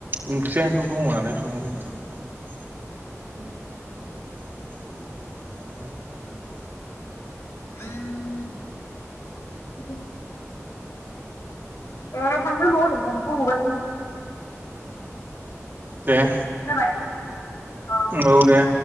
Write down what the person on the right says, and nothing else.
ओंख्रियानोथ' दङ नालाय। <unintelligible>
ओरैबादि ओरैबादि ओं दङआव जानोबानानै।
दे
औ दे।